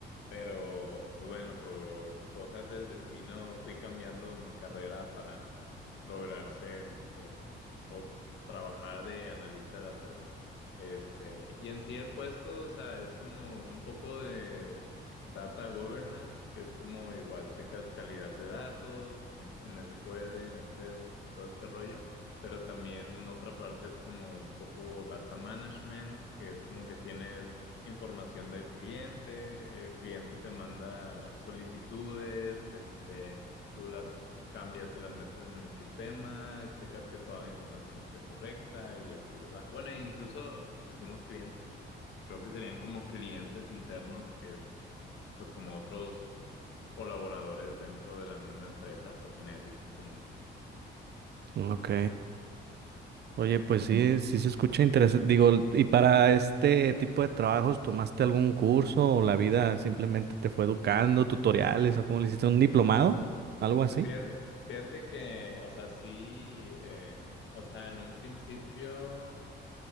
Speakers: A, on the left (about 70°); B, on the right (about 55°).
A: pero pues bueno, por cosas del destino fui cambiando mi carrera para pues lograr ser eh, o trabajar de analista de datos. Este, y en sí el puesto, o sea, es como un poco de data governance, que es como igual checas calidad de datos en, E, en SQL, en Excel, todo este rollo pero también otra parte es como un poco data management, que es como que tienes información del cliente, el cliente te manda solicitudes, este, tú las cambias y las metes en el sistema, checas que toda la información esté correcta y así, ¿verdad? Bueno, e incluso decimos clientes, pero pues creo que serían como clientes internos, que es pues como otros colaboradores dentro de la misma empresa, pero que necesitan como ese cambio.
B: Ok. Oye, pues sí, sí se escucha interesante. Digo, ¿y para este tipo de trabajos tomaste algún curso o la vida simplemente te fue educando, tutoriales o cómo le hiciste un diplomado? ¿Algo así?
A: Pues Fíjate, fíjate que, o sea, sí, eh, o sea, en un principio